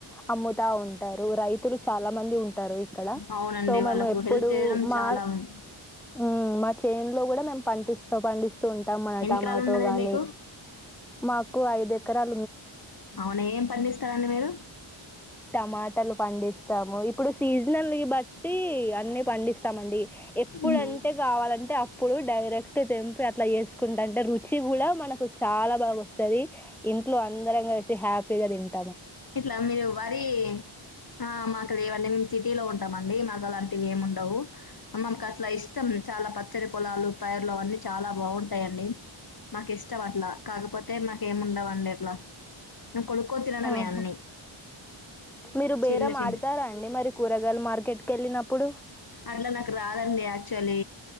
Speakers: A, in the centre; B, on the left.
A: అమ్ముతా ఉంట టారు రైతులు చాలా మంది ఉంటారు ఇక్కడ
B: అవునండి
A: సో మేము
B: వాళ్ళకు
A: ఎప్పుడు
B: హెల్ప్ చేయడం
A: మా
B: చాలా ఉంది.
A: ఉ మా చేైన్ లో కూడా మేం పడిస్తూ పండిస్తూ ఉంటాం మన
B: ఎన్ని
A: టమాటో
B: ఎకరాలు ఉన్నదండి
A: గాని
B: మీకు
A: మాకు ఐద ఎకరాలు
B: అవునా ఏం పండిస్తారండి మీరు
A: టమాటలు పండిస్తాము ఇప్పుడు సీజనల్ బట్టి అన్ని పండిస్తా స్తాండి ఎప్పుడుంటే
B: మ్మ్.
A: కావాలంటే అప్పుడు డైరెక్ట్ తెంపి అట్లా చేేసుకుంటా అంటే రుచి కూడా మనకు చాలా బాగా వస్తది ఇంట్లో అందరం కలిసి హ్యాపీగా తింట
B: ఇట్లా మీరు వరి ఆ మాకు లేవండి మేము సిటీ లో ఉంటామండి మాకు అలాంటి వి ఏమి ఉండవు మకు అసలు ఇష్టం చాలా పచ్చడి పొలాలు పైర్లు అవన్నీ చాలా బాగుంటాయి మాకు ఇష్టం అట్లా కాకపోతే మాక ఏమి ఉండవండి అట్లా కొనుకొని తినడమే
A: ఆహా!
B: అన్నీ
A: మీరు బేరం
B: చిన్న చిన్న
A: ఆడతారా అండి మరి కూరగాయల మార్కెట్‌కెళ్ళినప్పుడు?
B: అట్లా నాకు రాదండి యాక్చు చలే